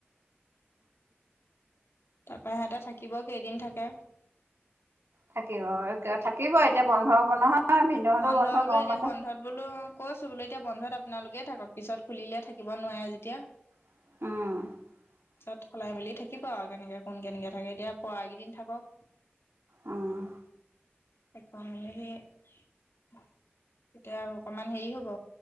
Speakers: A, on the left; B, on the right.
A: তাৰপৰা সিহঁতে থাকিব কেইদিন থাকে
B: থাকিব অ, থাকিব এতিয়া বন্ধ হব নহয়। ভিনদেউহঁতৰ
A: বন্ধ বোলো
B: গৰম
A: এতিয়া
B: বন্ধ
A: বন্ধত বোলো কইছো বোলো এতিয়া বন্ধত আপোনালোকে এ থাকক পিছত খুলিলে থাকিব নোৱাৰে যেতিয়া।
B: অ'।
A: তাত সলাই মেলি থাকিব আৰু কেনেকে কোন কেনেকে থাকে এতিয়া পৰা কেইদিন থাকক।
B: অ'।
A: এক বাৰ মেৰে লিয়ে এতিয়া আৰু অকমান হেৰি হব